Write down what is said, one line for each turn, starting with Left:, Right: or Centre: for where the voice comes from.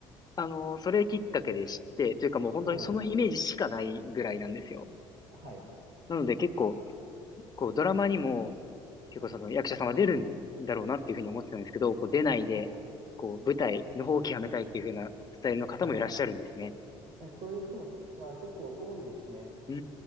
Left: あの、それきっかけで知って、というかもう本当にそのイメージしかないぐらいなんですよ。
Right: おう。はい。
Left: なので結構、
Right: あ、
Left: こう、ドラマにも、結構その役者さんは出るんだろうなっていうふうに思ってたんですけど、
Right: はい。
Left: こう出ないで、
Right: はい。
Left: こう舞台の方を極めたいっていうふうなスタイルの方もいらっしゃるんですね。
Right: はい。えそういう人も、まあ、結構多いですね。
Left: うー